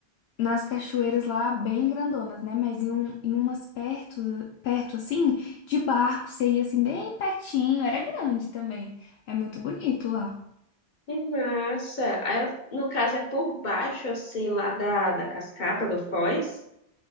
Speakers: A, on the left; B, on the left.
A: nas cachoeiras lá bem grandonas, né? Mas em, um, em umas perto, perto assim, de barco, você ia assim bem pertinho, era grande também. É muito bonito lá.
B: Que massa. Aí, no caso, é por baixo, assim, lá da, da cascata do Foz.